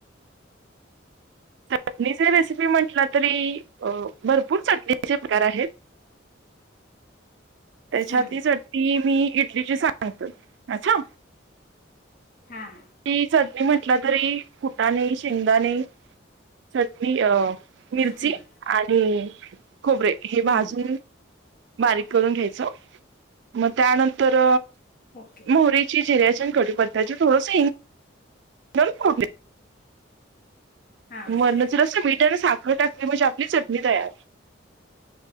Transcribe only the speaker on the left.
हम्म
हा हा
हम्म
हम्म
ओके
हा